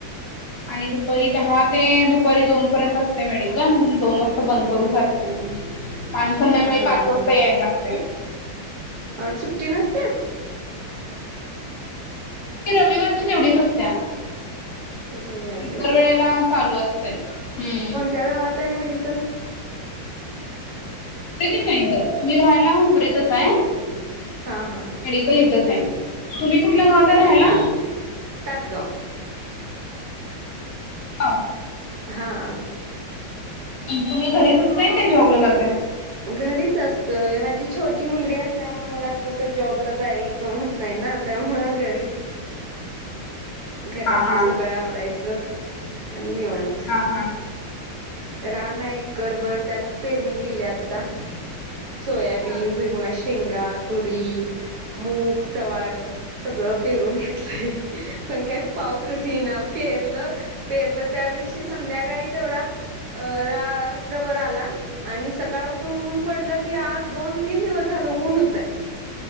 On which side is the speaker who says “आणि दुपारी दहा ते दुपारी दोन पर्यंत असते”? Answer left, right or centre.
Left